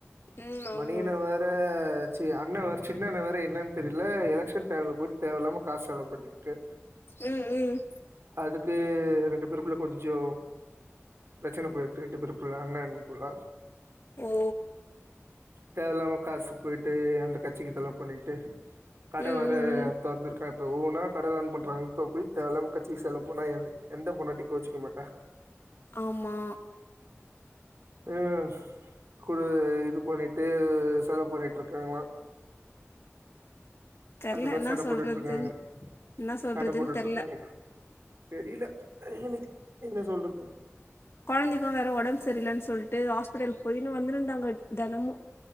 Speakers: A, on the left; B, on the right.
A: ம்
B: மணி
A: ஆமா
B: அண்ண வேற ச்சு அண்ண வேற் சின்ன அண்ண வேற என்னன் தெரில எலக்க்ஷன் டைம்ல போய் தேவயில்லாம காசு செலவு பண்ணிர்க்கு
A: உம் உம்
B: அதுக்கு ரெண்டு பேருக்குள்ள கொஞ்சோ ப்ரச்சன போய்ட்டு ரெண்டு பேருக்குள்ள அண்ணா அண்ணிக்குள்ள
A: ஓ
B: தேவயில்லாம காசு போய்ட்டு அந்த கட்சிக்கு செலவு பண்ணிட்டு கட
A: ம்
B: வேற
A: ம் ம்
B: துறந்துருக்கா இப்ப ஒவ்வன கட ரன் பண்றாங்க இப்போ போய் தேவயில்லாம கச்சிக்கு செலவு பண்ணா எந்த பொண்டாடி கோவிச்சிக்க மாட்ட
A: ஆமா
B: ம் குடு இது பண்ணிட்டு செலவு பண்ணிட்டு இருக்காங்களா
A: தெர்ல
B: அது வேற
A: என்ன
B: சண்ட
A: சொல்றதுன்னு
B: போட்டுட்டு இருக்காங்க
A: என்ன சொல்றதுன்னு
B: சண்ட போட்டுட்டு
A: தெர்ல
B: இருக்காங்க தெரியல எனக்கு என்ன சொல்றதுன்னு
A: குழந்தைக்கும் வேற உடம்பு சரியிலன்னு சொல்லிட்டு ஹாஸ்பிடலுக்கு போயின்டு வந்திருந்தாங்க தினமும்